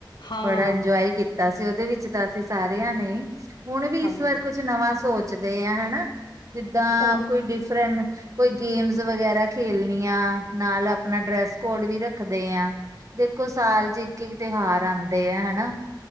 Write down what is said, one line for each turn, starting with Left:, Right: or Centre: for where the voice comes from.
Left: ਹਾਂ
Right: ਬੜਾ ਇੰਜੋਏ ਕੀ ਤਾ ਸੀ, ਉਹਦੇ ਵਿੱਚ ਤਾਂ ਅਸੀਂ ਸਾਰਿਆਂ ਨੇ। ਹੁਣ ਵੀ
Left: ਹਾਂਜੀ
Right: ਇਸ ਵਾਰ ਕੁੱਛ ਨਵਾਂ ਸੋਚ ਚਦੇ ਆ ਹਨਾ, ਜਿੱਦਾਂ
Left: ਉਹ
Right: ਕੋਈ ਡਿਫਰੈਂਨ ਗੇਮਸ ਵਗੈਰਾ ਖੇਲਣੀਆਂ, ਨਾਲ ਆਪਣਾ ਡਰੈਸ ਕੋਡ ਵੀ ਰੱਖਦੇ ਆ। ਦੇ ਕਿ ਇੱਕੋ ਸਾਲ 'ਚ ਇੱਕ-ਇੱਕ ਤਿਉਹਾਰ ਆਂਦੇ ਆ ਹਨਾ।